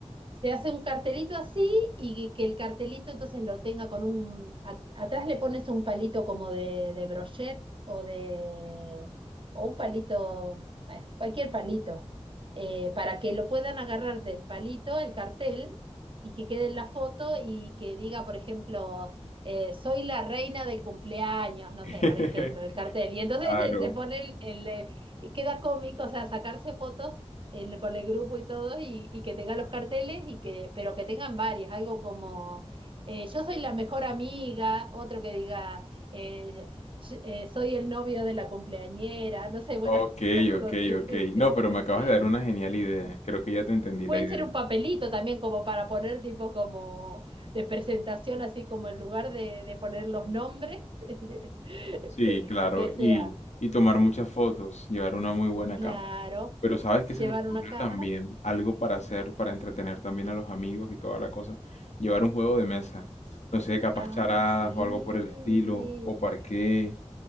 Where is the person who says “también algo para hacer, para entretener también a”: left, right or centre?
Left